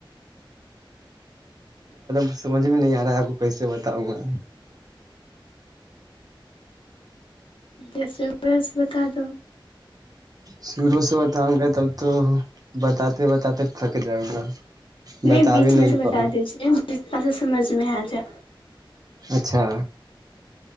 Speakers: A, on the right (about 45°); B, on the left (about 75°).
A: ںسمجھ میں نہیں ا رہا اپ کو کیسے بتاؤں میں
B: جیسے ہی ویسے بتا دو
A: شروع سے بتاؤں گا تب تو بتاتے بتاتے تھک جاؤں گا
B: نہیں
A: بتا
B: بیچ
A: بھی
B: میں سے
A: پاؤں
B: بتا دی ہے جتنا سمجھ میں ائے
A: اچھا